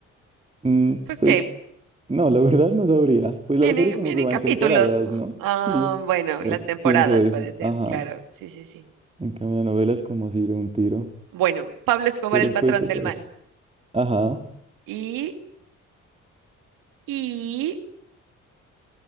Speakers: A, on the right; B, on the right.
A: Mm,
B: Pues
A: pues
B: que
A: no, la <laughs> verdad no sabría. Pues
B: viene,
A: la serie como
B: vienen
A: que va
B: capítulos.
A: en temporadas,
B: ¿no?
A: ¿no?
B: Ah,
A: Sí,
B: bueno,
A: o
B: las
A: s-
B: temporadas
A: pienso eso.
B: puede ser,
A: Ajá.
B: claro. Sí, sí, sí.
A: En cambio, la novela es como así de un tiro.
B: Bueno, Pablo Escobar,
A: Pero
B: el patrón
A: pues se
B: del
A: parece.
B: mal.
A: Ajá.
B: Y, y